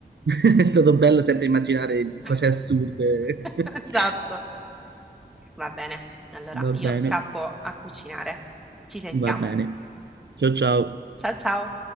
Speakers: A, on the right; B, in the centre.
A: <laughs> è stato bello sempre immaginare cose
B: <laughs>
A: assurde. <laughs>
B: Esatto. Va bene. Allora,
A: Va
B: io
A: bene,
B: scappo a cucinare. Ci sentiamo.
A: va bene. Ciao ciao.
B: Ciao ciao.